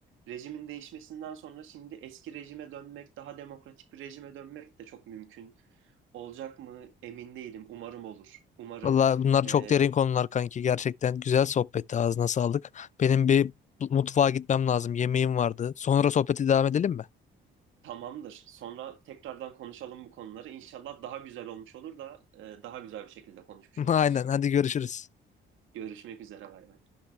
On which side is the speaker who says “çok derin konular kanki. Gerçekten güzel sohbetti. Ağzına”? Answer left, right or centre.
Left